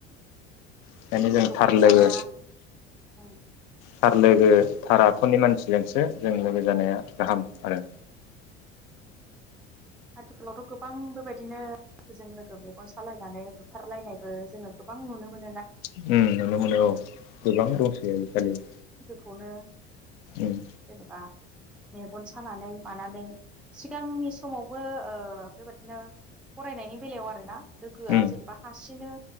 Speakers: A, on the left; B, in the centre.
A: बेखायनो जों
B: लोगोफोर
A: थार लोगो
B: गैयाबा ओं
A: थार लोगो थार आखुनि मानसि। जोंसो जों लोगो जानाया गाहाम आरो।
B: आथिखालावथ' गोबां बेबायदिनो लोगोजों लोगो मेगन सालायनानै बुथारलायनायबो जोङो गोबां नुनो मोनो।
A: उम नुनो मोनो औ गोबां दंसै आजिखालि।
B: खौनो अ
A: उम
B: जेनेबा मेगन सानानै मानानै सिगांनि समावबो बेबादिनो फरायनायनि बेलायाव आरोना लोगोआ
A: उम
B: जेनेबा हारसिंनो